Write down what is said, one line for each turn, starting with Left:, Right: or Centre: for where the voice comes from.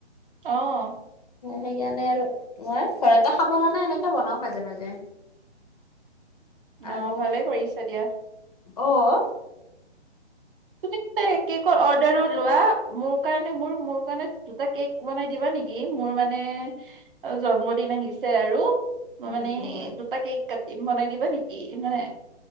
Right: অহ',।
Left: সেইকাৰণে আৰু, মই ঘৰতে খাব কাৰণে এনেকে বনাওঁ মাজে-মাজে।
Right: অ
Left: আৰু,
Right: ভালে কৰিছা দিয়া
Left: অহ',।
Right: তুমি ত কেকৰ অৰ্ডাৰও লোৱা, মোৰ কাৰণে মোৰ-মোৰ কাৰণে দুটা কেক বনাই দিবা নি নিকি, মোৰ মানে জন্মদিন আহিছে আৰু মই
Left: উম
Right: মানে
Left: উম
Right: দু দুটা কেক কাটিম, বনাই দিবা নেকি? মানে।